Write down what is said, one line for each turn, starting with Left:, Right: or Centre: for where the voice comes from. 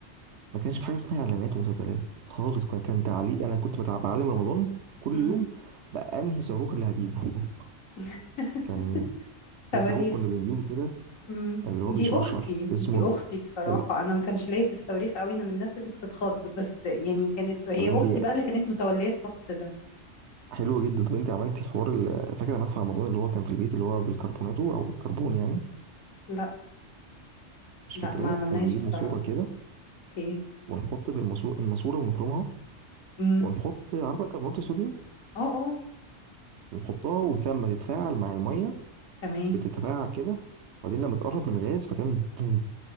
Right: ما كانش في حاجه اسمها اعلانات ومسلسلات خالص كان كان تعليق انا كنت بتع- بعلم رمضان كل
Left: مم.
Right: يوم بقى انهي صاروخ اللي هجيبه <laughs>
Left: <laughs>
Right: كان في
Left: صواريخ
Right: صاروخ كنا بنجيبه كده
Left: امم
Right: اللي هو
Left: دي
Right: بيشرشر
Left: اختي
Right: اسمه
Left: دي اختي بصراحه
Right: ال...
Left: انا ما كانش ليا في الصواريخ قوي انا من الناس اللي بتتخض بس يعني كانت هي
Right: طب انت
Left: اختي بقى اللي كانت متوليه الطقس ده
Right: حلو جدا طب انت عملتي حوار ال... فاكره مدفع رمضان اللي هو كان في البيت اللي هو بالكربوناتو او بالكربون يعني
Left: لا
Right: مش
Left: لا
Right: فاكراه
Left: ما عملناهاش
Right: كنا بنجيب
Left: بصراحه
Right: ماسوره كده
Left: اوكي
Right: ونحط في الماسوره الماسوره ونخرمها
Left: امم
Right: ونحط عارفه الكربونات الصوديوم
Left: اه اه
Right: ونحطها ولما تتفاعل مع الميه
Left: تمام
Right: بتتفاعل كده وبعدين لما تقرب من غاز فتعمل بوم